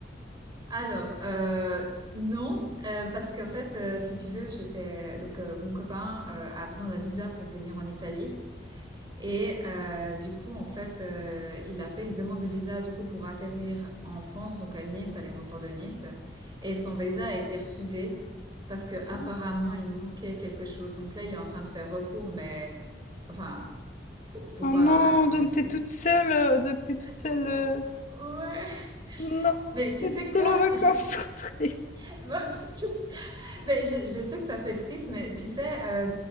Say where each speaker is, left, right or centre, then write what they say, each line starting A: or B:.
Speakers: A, on the right; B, on the left.
A: Alors, euh, non, euh, parce qu'en fait, euh, si tu veux, j'étais donc euh, mon copain euh, a besoin d'un visa pour venir en Italie Et euh, du coup, en fait, euh, il a fait une demande de visa du coup pour atterrir en France, donc à Nice, à l'aéroport de Nice. Et son visa a été refusé parce que apparemment
B: Oh,
A: il manquait quelque chose. Donc là, il est en train de faire recours, mais enfin, faut, faut
B: Oh
A: pas,
B: non,
A: comment
B: donc
A: dire, faut-
B: t'es toute seule, euh, donc t'es toute seule.
A: faut-
B: euh,
A: ouais.
B: Non,
A: Mais tu
B: tu es
A: sais
B: toute seule
A: quoi?
B: en vacances,
A: J'ai-
B: <laughs> trop triste.
A: <laughs> Mais je, je sais que ça fait triste, mais tu sais, euh,